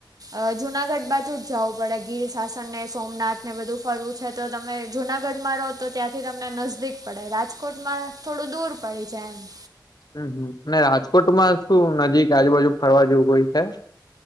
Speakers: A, on the right; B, on the left.
A: અ જુનાગઢ બાજુ જવું પડે ગીર શાસન ને સોમનાથ ને બધું ફરવું છે તો તમે જુનાગઢમાં રહો તો ત્યાંથી તમને નજદીક પડે રાજકોટમાં થોડું દૂર પડી જાય.
B: હમમ અને રાજકોટમાં શું નજીક આજુબાજુ ફરવા જેવું કોઈ છે?